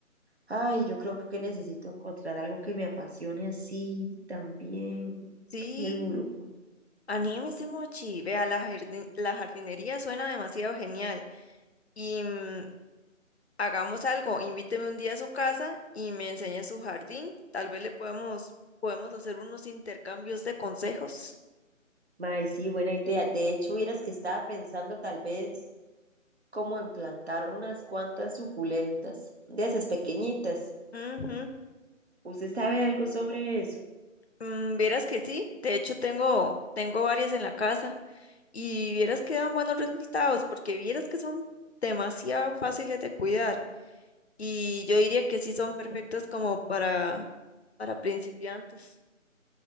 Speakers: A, on the right; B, on the left.
A: Ay, yo creo que necesito encontrar algo que me apasione así también.
B: Sí,
A: Qué duro.
B: anímese, Mochi. Vea, la jardin- la jardinería suena demasiado genial. Y mm, hagamos algo, invíteme un día a su casa y me enseñe su jardín. Tal vez le podemos, podemos hacer unos intercambios de consejos.
A: Mae, sí, buena idea. De hecho, vieras que estaba pensando tal vez como en plantar unas cuantas suculentas, de esas pequeñitas.
B: Ujú.
A: ¿Usted sabe algo sobre eso?
B: Mm, vieras que sí, de hecho tengo, tengo varias en la casa. Y vieras que dan buenos resultados, porque vieras que son demasiado fáciles de cuidar. Y yo diría que sí son perfectas como para, para principiantes.